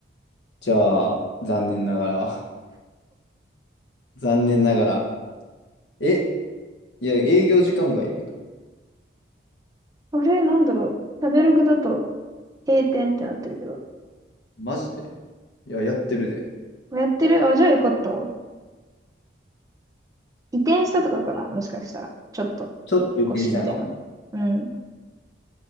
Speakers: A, on the left; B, on the right.
A: じゃあ、残念ながら。<laughs> 残念ながら。え、いや、営業時間外やけど。
B: あれ、なんだろう。食べログだと閉店ってなってるけど。
A: マジでいや、やってるで。
B: やってるあ、じゃあよかったわ。移転したとかかなもしかしたら。ちょっと、
A: ちょっと電車かもな。
B: 腰みたいな。うん。